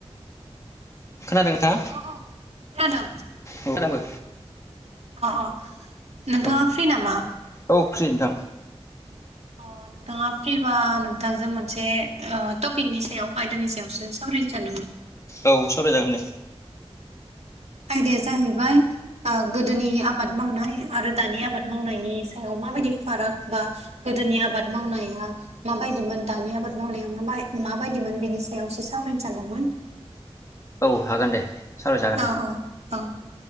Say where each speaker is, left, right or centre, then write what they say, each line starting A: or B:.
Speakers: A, on the left; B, on the right.
A: खोनादों ना
B: अ अ <unintelligible>
A: औ
B: अ अ। नोंथाङा
A: औ
B: फ्रि नामा?
A: औ फ्रि नोंथां
B: अ नोंथाङा फ्रिबा नोंथांजों मोनसे ओ टपिकनि सायाव आयदानि सायावसो सावरायनो सानदोंमोन
A: औ सावरायजागोन दे
B: आयदाया जाहैबाय गोदोनि आबाद मावनाय आरो दानि आबाद मावनायनि सायाव माबायदि फाराग बा गोदोनि आबाद मावनाया माबायदिमोन दानि आबाद मावनाया म माबायदिमोन बेनि सायावससे सावरायनो सानदोंमोन
A: औ हागोन दे सावरायजागोन
B: औ
A: दे
B: औ औ